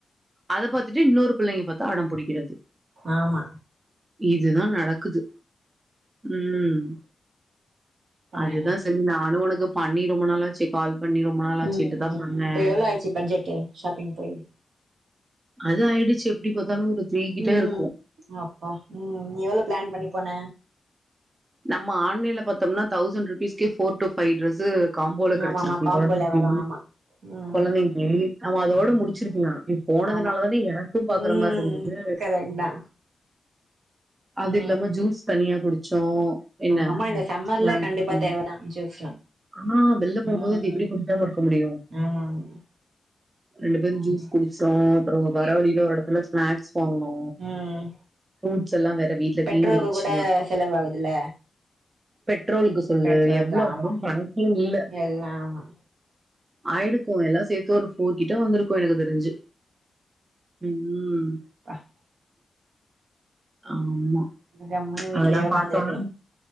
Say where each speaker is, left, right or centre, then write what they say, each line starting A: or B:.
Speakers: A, on the right (about 25°); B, on the right (about 80°).
A: அத பாத்துட்டு இன்னொரு பிள்ளைங்க பாத்து அடம்புடிக்கிறது.
B: ஆமா.
A: இதுதா நடக்குது. ம்.
B: அப்றோ
A: அது
B: என்ன
A: தா சரி நானு உனக்கு பண்ணி ரொம்ப நாள் ஆச்சி கால் பண்ணி ரொம்ப நாளாச்சுட்டுதா
B: உம்
A: பண்ணே
B: இப்போ எவ்ளோ, ஆயிட்சு பட்ஜெட்டு் ஷாப்பிங் போய்.
A: அது ஆயிடுச்சு எப்டி பாத்தாலு ஒரு த்ரீ கிட்ட
B: ம்
A: இருக்கு
B: அப்பா ம் நீ எவ்ளோ பிளான் பண்ணி போன.
A: நம்ம ஆன்லைன்லே பாத்தம்னா, தௌசண்ட் ருபீஸ்கே போர்டூஃபை டிரெஸ்சு. காம்போல கிடைச்சிருக்கு
B: ஆமா ஆமா காம்போல
A: குழந்தைக்கி,
B: வரு ஆமா ம்
A: குழந்தைங்கி அவன் அதோட
B: ஆமா ஆமா
A: முடிச்சிருக்கல நீ போனதுனாலதானே,
B: ஆமா
A: எனக்கு பாக்குற
B: ம்
A: மாரி இருந்தது.
B: கரெக்ட் தா
A: அது
B: ம்
A: இல்லாம ஜூஸ் தனியா குடிச்சோ என்ன
B: ஆமா இந்த சம்மர்ல
A: ஆ
B: கண்டிப்பா
A: ம்
B: தேவதா ஜூஸ்லா
A: ஆனா வெள்ள போகும்போது,
B: ம்
A: அது எப்டி குடிக்கம இருக்க முடியு,
B: ஆமா ஆமா
A: ரெண்டு பேரு ஜூஸ்
B: ம்
A: குடிச்டோ, அப்புற
B: ஓகே
A: வர வழியில
B: ஓகே
A: ஒரு இடத்துல நா அடிச் போகனு
B: ம்
A: புரூட்ஸ் எல்லா வேற வீட்டுலே
B: பெட்ரோலுக்கு
A: தீந்துருச்சு
B: கூட செலவாகுதுல
A: பெட் பெட்ரோலுக்கு சொல்லு
B: பெட்ரோலுக்கு
A: எவ்ளோ
B: ஆமா
A: வரு கணக்கே இல்ல
B: எல்லா ஆமா
A: ஆயிருக்கு எல்லா சேத்து, ஒரு ஃபோர் கிட்ட வந்திருக் போயிருக்கு தெரிஞ்சி ம் ம்
B: அஹ்
A: ஆமா
B: கம்முனு வீட்லயே
A: அதெல்லா
B: உக்காந்துருக்கீங்
A: பாத்தோனா